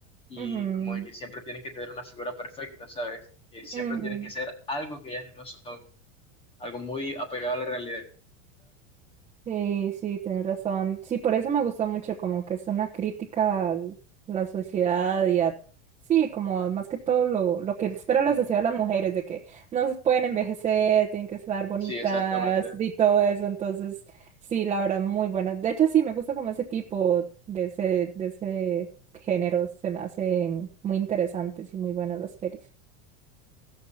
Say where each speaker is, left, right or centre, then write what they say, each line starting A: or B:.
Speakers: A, on the left (about 15°); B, on the right (about 15°).
A: y
B: ujú,
A: como de que siempre tienen que tener una figura perfecta, ¿sabes? Que siempre
B: ujú,
A: tienen
B: ujú.
A: que ser algo que ellas no son, algo muy apegado a la realidad.
B: Sí, sí, tienes razón. Sí, por eso me gustó mucho, como que es una crítica a la sociedad y a, sí, como más que todo lo, lo que espera la
A: Mm,
B: sociedad de las mujeres, de que no se pueden envejecer, tienen que estar bonitas
A: sí, exactamente.
B: y todo eso. Entonces, sí, la verdad, muy buena. De hecho, sí, me gusta como ese tipo de ese, de ese género, se me hacen muy interesantes y muy buenas las pelis.